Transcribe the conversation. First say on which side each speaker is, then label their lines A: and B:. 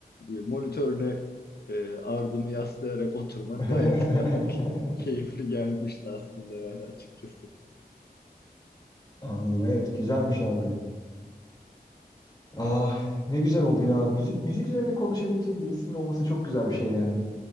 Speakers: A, on the left; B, on the left.
A: e, monitörüne e, ardımı yaslayarak oturmak
B: <laughs>
A: gayet <laughs> daha ki, keyifli gelmişti aslında yani açıkçası.
B: Anladım. Evet, güzelmiş abi. Ah, ne güzel oldu ya. Müzik müzik üzerine konuşabileceğim birisinin olması çok güzel bir şey yani.